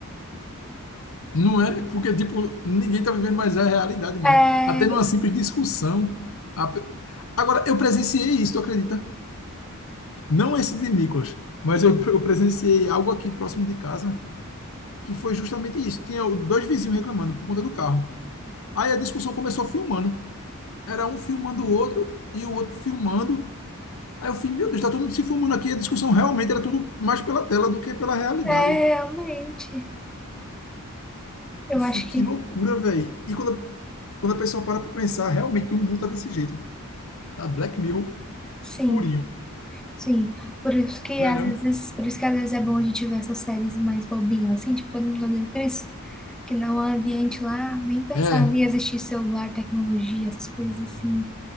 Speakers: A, on the left; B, in the centre.
A: não é? Porque, tipo, ninguém tá vivendo mais a realidade, não.
B: É,
A: Até numa simples discussão. a pe- Agora, eu presenciei isso, tu acredita? Não esse de Nicolas, mas eu, eu presenciei algo aqui próximo de casa, que foi justamente isso. Tinha dois vizinhos reclamando por conta do carro. Aí a discussão começou filmando. Era um filmando o outro e o outro filmando. Aí eu fiquei, meu Deus, tá todo mundo se filmando aqui. A discussão realmente era tudo mais pela tela do que pela realidade.
B: é, realmente. Eu
A: Eu fiquei,
B: acho
A: que
B: que
A: loucura, velho. E quando, a- quando a pessoa para pra pensar, realmente que o mundo tá desse jeito. Tá Black Mirror
B: sim,
A: purinho,
B: sim. Por isso que
A: não
B: às
A: é não?
B: vezes, por isso que às vezes é bom a gente ver essas séries mais bobinhas, assim, tipo, todo mundo odeia o Chris. que no ambiente lá nem pensava
A: É,
B: em existir celular, tecnologia, essas coisas assim.